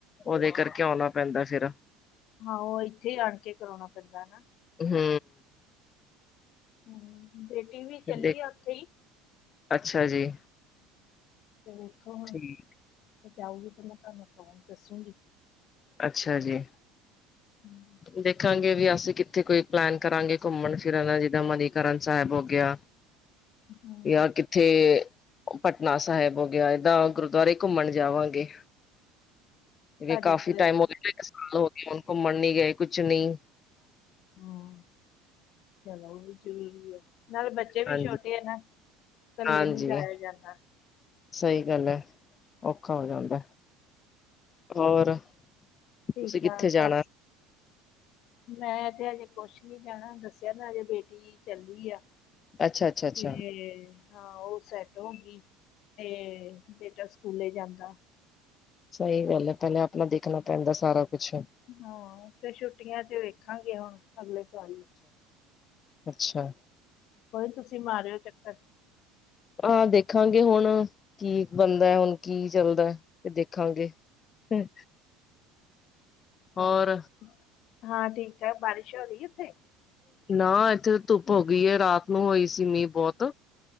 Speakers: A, on the left (about 30°); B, on the left (about 55°).
A: ਦੇ ਕਰਕੇ ਆਉਣਾ ਪੈਂਦਾ ਫਿਰ।
B: ਹਾਂ ਓ ਇੱਥੇ ਈ ਆਣ ਕੇ ਕਰਾਓਣਾ ਪੈਂਦਾ ਨਾ।
A: ਹੂੰ।
B: ਹੂੰ ਬੇਟੀ ਵੀ ਚੱਲੀ
A: ਦੇਖ
B: ਆ ਓਥੇ ਈ।
A: ਅੱਛਾ ਜੀ
B: ਤੇ ਵੇਖੋ ਹੁਣ
A: ਠੀਕ
B: ਮ ਜਾਊਗੀ ਤੇ ਮੈਂ ਤੁਹਾਨੂੰ ਕੌਣ ਦੱਸੂਗੀ।
A: ਅੱਛਾ ਜੀ।
B: ਹੂੰ।
A: ਦੇਖਾਂਗੇ ਵੀ ਅਸੀਂ ਕਿੱਥੇ ਕੋਈ ਪਲੈਨ ਕਰਾਂਗੇ ਘੁੰਮਣ ਫਿਰਨ ਜਿੱਦਾਂ ਮਨੀਕਰਨ ਸੈਬ ਹੋ ਗਿਆ।
B: ਹਮ,
A: ਯਾਰ ਕਿ ਇਥੇ ਪਟਨਾ ਸਾਹਿਬ ਹੋ ਗਿਆ ਏਦਾਂ ਗੁਰਦੁਆਰੇ ਘੁੰਮਣ ਜਾਵਾਂਗੇ।
B: <inaudible> ਸਾਡੇ
A: ਕਿਉਕ ਕਾਫੀ
B: ਤੇ
A: ਟਾਈਮ ਹੋਗੲ ਕਾਫੀ ਟਾਈਮ ਹੋ ਗਿਆ ਘੁੰਮਣ ਨਹੀ ਗਏ ਕੁਛ ਨਹੀ।
B: ਹਮ ਚਲੋ ਉਵੀ ਜ਼ਰੂਰੀ ਹੈ। ਨਾਲੇ ਬੱਚੇ। ਬੱਚੇ
A: ਹਾਂਜੀ
B: ਵੀ ਛੋਟੇ ਆ ਨਾ ਇਕੱਲੇ
A: ਹਾਂਜੀ
B: ਨੀ ਜਾਇਆ ਜਾਂਦਾ।
A: ਸਹੀ ਗੱਲ ਹੈ। ਔਖਾ ਹੋ ਜਾਂਦਾ। ਹੋਰ ਤੁਸੀ
B: ਠੀਕ
A: ਕਿਥੇ
B: ਠਾਕ
A: ਜਾਣਾ।
B: ਸੱਸ ਮੈਂ ਤੇ ਹਜੇ ਕੁਛ ਨੀ ਜਾਣਾ ਦੱਸਿਆ ਨਾ ਹਜੇ ਬੇਟੀ ਚੱਲੀ ਆ
A: ਅੱਛਾ-ਅੱਛਾ-ਅੱਛਾ
B: ਤੇ ਹਾਂ ਉਹ ਸੈਟ ਹੋ ਗੀ ਤੇ ਬੇਟਾ ਸਕੂਲੇ ਜਾਂਦਾ
A: ਸਹੀ ਗੱਲ ਹੈ ਪਹਲੇ ਆਪਣਾ ਦੇਖਣਾ ਪੈਂਦਾ ਸਾਰਾ ਕੁਛ
B: ਹਾਂ ਫਿਰ ਛੁੱਟੀਆਂ ਚ ਵੇਖਾਂਗੇ ਹੁਣ ਅਗਲੇ ਸਾਲ ਇ
A: ਅਛਾ।
B: ਕੋਈ ਨੀ ਤੁਸੀ ਮਾਰਿਓ ਚੱਕਰ
A: ਹਾਂ ਦੇਖਾਂਗੇ ਹੁਣ ਕੀ ਬਣਦਾ ਹੁਣ ਕੀ ਚੱਲਦਾ। ਦੇਖਾਂਗੇ ਫੇਰ,
B: ਚਲੋ
A: ਹੋਰ?
B: ਹਾਂ ਠੀਕ - ਠਾਕ ਬਾਰਿਸ਼ ਹੋ ਰਹੀ ਉੱਥੇ
A: ਨਾ ਇਥੇ ਤਾਂ ਧੁੱਪ ਹੋ ਗਈ ਹੈ, ਰਾਤ ਨੂੰ ਹੋਈ ਸੀ ਮੀਂਹ ਬਹੁਤ